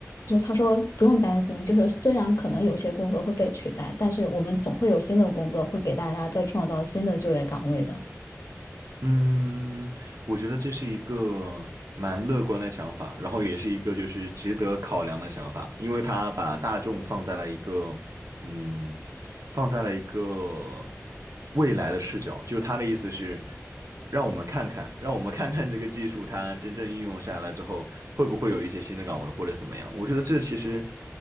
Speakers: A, on the left (about 80°); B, on the right (about 80°).
A: 就他说不用担心，就是虽然可能有些工作会被取代，但是我们总会有新的工作会给大家再创造新的就业岗位的。
B: 嗯，我觉得这是一个蛮乐观的想法，然后也是一个就是值得考量的想法，因为他把大众放在了一个，嗯，放在了一个未来的视角，就是他的意思是，让我们看看，让我们看看这个技术它真正应用下来之后，会不会有一些新的岗位或者怎么样？我觉得这其实，